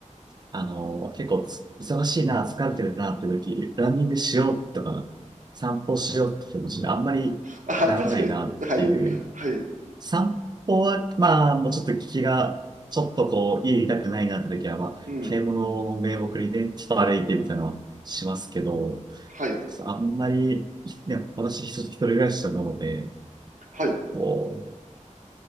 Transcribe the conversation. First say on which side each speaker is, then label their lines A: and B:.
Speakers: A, on the right; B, on the right.
A: あの、結構つ忙しいな、疲れてるなって時、ランニングしようとか、散歩しようって気持ちにあんまりならないなっていう
B: あ、確かに、はい、はい、
A: 散歩は、まあ、もうちょっと気が、ちょっとこう、家いたくないなって時は、まあ、
B: うん、
A: 買い物を名目にね、ちょっと歩いてみたいなのはしますけど、
B: はい、
A: あんまり、ね、私一人一人暮らしなので、
B: はい、
A: こう、